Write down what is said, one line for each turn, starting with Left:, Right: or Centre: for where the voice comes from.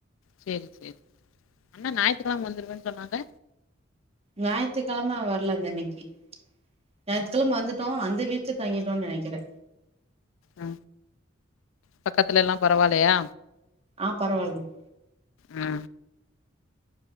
Left: சேரி சேரி அண்ணே ஞாயித்துக்கெழம வந்துருவேன்னு சொன்னாங்க
Right: ஞாயித்துக்கெழம வரல அந்தன்னைக்கி ஞாயித்து கெழம வந்துட்டோ அந்த வீட்ல தங்கிட்டோன்னு நெனைக்கிறே
Left: ஆ பக்கத்துலல்லா பரவால்லயா
Right: ஆ பரவாயில்லைங்க
Left: ஆ